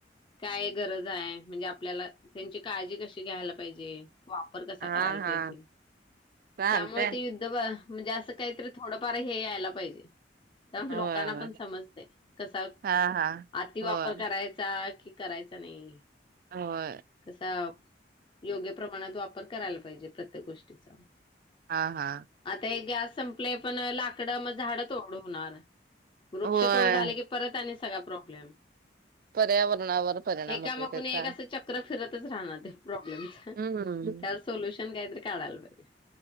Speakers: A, on the left; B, on the right.
A: काय गरजय म्हणजे आपल्याला त्यांची काळजी कशी घ्यायला पाहिजे. वापर कसा
B: हा
A: करायला
B: हा
A: पाहिजे,
B: चालतय
A: त्यामुळे ते यु ध्द म्हणजे असं काहीतरी थोडंफार हे यायला पाहिजे, लो
B: होय
A: कांना
B: होय
A: पण समजतय कसा
B: हा हा
A: आति
B: होय
A: वापर करायचा की करायचा नाही.
B: होय
A: कसा योग्य प्रमाणात वापर करायला पाहिजे प्रत्येक गोष्टीचा.
B: हा हा
A: आता हे गॅस संपलय पण लाकड मग झाडं तोड होणार, वृक्ष
B: होय
A: तोड झाले की परत आणि सगळा प्रॉब्लेम.
B: पर्यावरणावर परिणाम
A: एकामागून
B: होते त्याचा.
A: एक असं चक्र फिरतच राहणार ते प्रॉब्लेमच.
B: हम्म
A: त्यावर सोल्युशन काहीतरी काढायला पाहिजे.